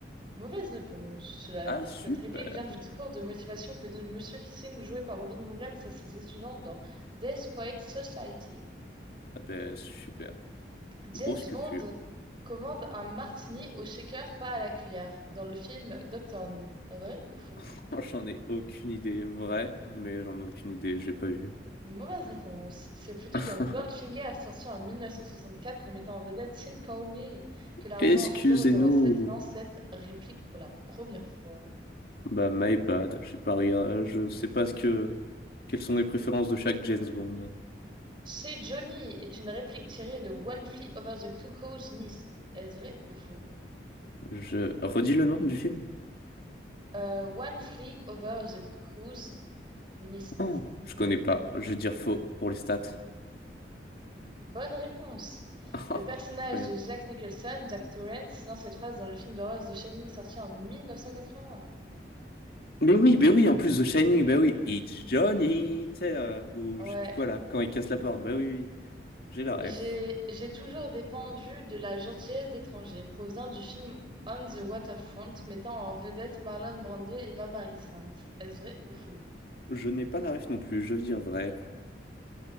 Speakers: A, on the right; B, on the left.
A: Mauvaise réponse. Cela,
B: Ah,
A: cette
B: super!
A: réplique vient du discours de motivation que donne Monsieur Keating, joué par Robin Williams, à ses étudiants dans Death Poets Society.
B: Ah ben, super.
A: James
B: Grosse culture.
A: Bond commande un martini au shaker, pas à la cuillère, dans le film Doctor No. Vrai ou faux?
B: <laughs> J'en ai aucune idée. Vrai, mais j'en ai aucune idée. J'ai pas vu.
A: Mauvaise réponse. C'est plutôt
B: <laughs>
A: dans Goldfinger, sorti en 1964 et mettant en vedette Sean Connery, que l'argent
B: Excusez-nous.
A: 007 lance cette réplique pour la première fois.
B: Bah, my bad. J'ai pas regardé. Je sais pas ce que. Quelles sont les préférences de chaque James Bond.
A: Chez Johnny est une réplique tirée de One Flew Over the Cuckoo's Nest. Est-ce vrai ou faux?
B: Je redis le nom du film.
A: Euh, One Flew Over the Cuckoo's Nest.
B: Oh, je connais pas. Je vais dire faux pour les stats.
A: Bonne réponse.
B: <laughs> Ah,
A: Le personnage
B: Incroyable.
A: de Jack Nicholson, Jack Torrance, lance cette phrase dans le film d'horreur de Shining sorti en 1980.
B: Mais oui, mais oui. En plus, The Shining. Bah oui. It's Johnny. Tu sais, euh, ou
A: Ouais,
B: je sais plus quoi là. Quand il casse la porte. Bah oui, oui. oui. J'ai la ref.
A: j'ai j'ai toujours dépendu de la gentillesse d'étrangers, provient du film On the Waterfront, mettant en vedette Marlon Brando et Eva Marie Saint. Est-ce vrai ou faux?
B: Je n'ai pas la ref non plus. Je veux dire vrai.